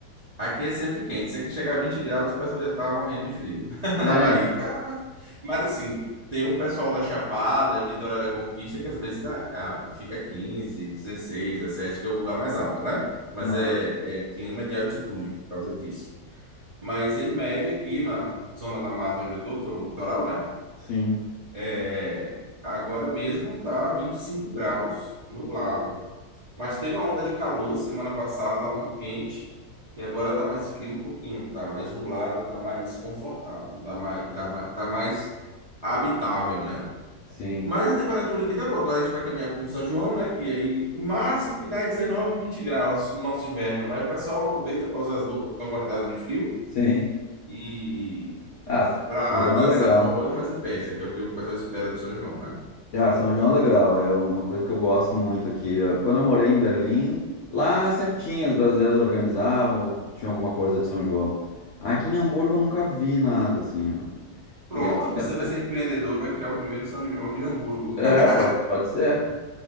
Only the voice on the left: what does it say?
É,
É.
Aham.
Sim,
sim,
sim.
Ah, São
João
é legal.
Ah, São João é legal, é uma coisa que eu gosto muito aqui. Eu- Quando eu morei em Berlim, lá sempre tinha, os brasileiros organizavam, tinha alguma coisa de São João. Aqui em Hamburgo eu nunca vi nada, assim. ó.
E é, uma
festa-
é,
pode, pode ser.